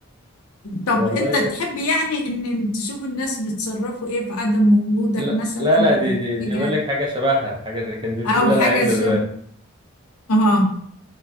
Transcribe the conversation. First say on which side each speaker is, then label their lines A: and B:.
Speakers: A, on the left (about 80°); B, on the right (about 20°).
A: طب
B: والله
A: انت تحب يعني ان تشوف الناس بيتصرفوا ايه في عدم وجودك
B: لا
A: مثلا
B: لا لا دي
A: او
B: دي دي
A: حاجة
B: بقول لك حاجه شبهها حاجه زي- كان دي مش
A: او
B: دي اللي
A: حاجة
B: انا عايزها
A: شبه
B: دلوقتي
A: اه